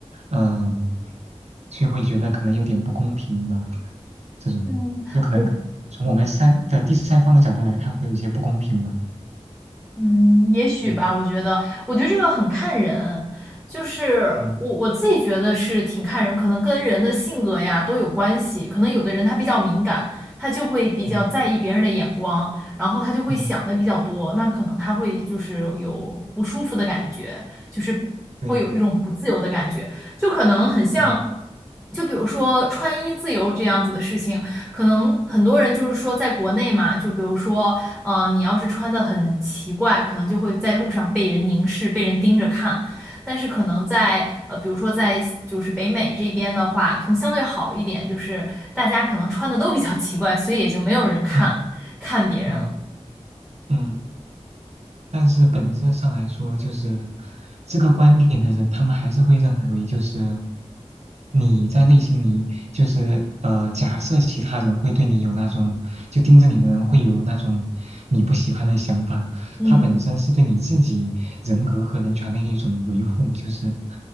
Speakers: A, on the right; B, in the centre.
A: 嗯、就会觉得可能有点不公平吧？这种就可能从我们三的第三方的角度来看，
B: 嗯，我我。
A: 会有一些不公平吧？
B: 嗯，也许吧，
A: 嗯
B: 我觉得，我觉得这个很看人，就是我我自己觉得是挺看人，
A: 嗯
B: 可能跟人的性格呀都有关系。可能有的人他比较敏感，他就会比较在意别人的眼光，
A: 嗯
B: 然后他就会想的比较多，
A: 嗯，
B: 那可能他会就是有不舒服的感觉，就是会有一种不自由的感觉，
A: 对
B: 就可能很像。
A: 对，
B: 就比如说穿衣自由这样子的事情，可能很多人就是说，在国内嘛，就比如说，嗯，你要是穿的很奇怪，可能就会在路上被人凝视、被人盯着看。但是可能在呃，比如说在就是北美这边的话，可能相对好一点，就是大家可能穿的都比较奇怪，所以也就没有人看看别人了。
A: <laughs> 啊嗯嗯。但是本质上来说，就是这个观点的人，他们还是会认为，就是你在内心里，就是呃，假设其他人会对你有那种，就盯着你的人会有那种你不喜欢的想法，
B: 嗯
A: 它本身是对你自己人格和人权的一种维护，就是